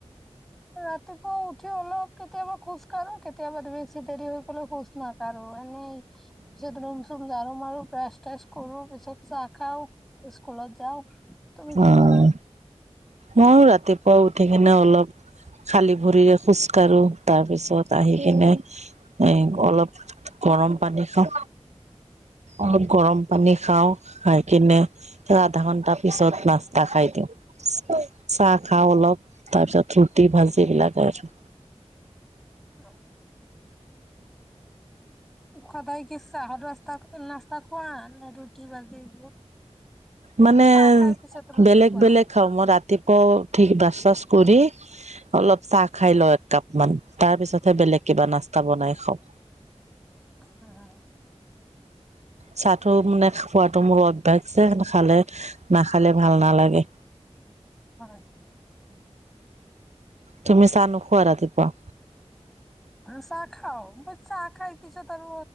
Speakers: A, in the centre; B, on the right (about 80°).
A: ৰাতিপুৱা উঠি অলপ কেতিয়াবা খোজ কাঢ়ো কেতিয়াবা বেছি দেৰি হৈ গ'লে খোজ নাকাঢ়ো। মানে পিছত ৰুম চুম ঝাৰু মাৰু, ব্ৰাছ চ্ৰাছ কৰো, পিছত চাহ খাওঁ। স্কুলত যাওঁ। তুমি কি
B: অ'
A: কৰা?
B: মইও ৰাতিপুৱা উঠি কিনে অলপ, খালি ভৰিৰে খোজকাঢ়ো। তাৰপিছত আহি কিনে এ অলপ গৰম পানী খা অলপ গৰম পানী খাওঁ খাই কিনে আধা ঘন্টা পিছত নাস্তা খাই দিওঁ। চাহ খাওঁ অলপ তাৰপিছত ৰুটি ভাজি এবিলাকে আৰু
A: অ' সদায় কি চাহৰ ৰাস্তা নাস্তা খোৱা ন ৰুটি বাজি এইবোৰ?
B: মানে
A: চাহ খাই পিছত ৰুটি
B: বেলেগ
A: খোৱা?
B: বেলেগ খাওঁ। মই ৰাতিপুৱাও ঠিক ব্ৰাছ চ্ৰাছ কৰি অলপ চাহ খাই লওঁ। এক কাপ মান তাৰ পিছতহে বেলেগ কিবা নাস্তা বনাই খাওঁ।
A: অ'
B: চাটো মানে খোৱাতটো মোৰ অভ্যাস যে, খালে নাখালে ভাল ভাল নালাগে।
A: হয়।
B: তুমি চা নোখোৱা ৰাতিপুৱা?
A: অ' চাহ খাওঁ, বা চাহ খাই পিছত আৰু